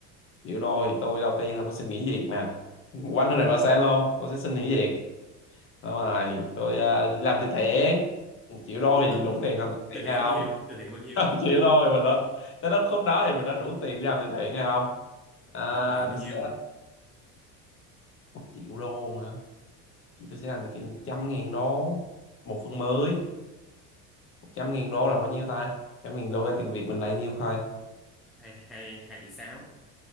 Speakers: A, on the left; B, in the centre.
A: triệu đô thì tôi đầu tiên là tôi xin nghỉ việc mà quanh hơn này ba sen luôn tôi sẽ xin nghỉ việc xong rồi tôi ờ, đi làm từ thiện một triệu đô thì
B: đúng
A: đủ tiền làm từ thiện
B: từ thiện
A: hay
B: bao
A: không
B: nhiêu từ thiện bao nhiêu
A: <laughs> chịu thôi mình đã tới lúc khúc đó thì mình đã đủ tiền để làm từ thiện hay không à,
B: ông sẽ từ thiện bao
A: tôi
B: nhiêu
A: sẽ một triệu đô hả thì tôi sẽ làm từ thiện 100 ngàn đô một phần mới trăm ngàn đô là bao nhiêu ta 100 ngàn đô ra tiền Việt mình là nhiêu thôi
B: hai hai hai tỷ sáu